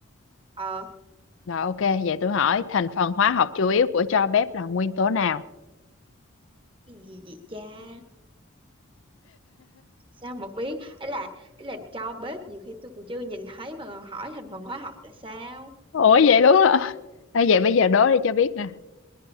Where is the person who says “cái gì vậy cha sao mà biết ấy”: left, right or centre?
Right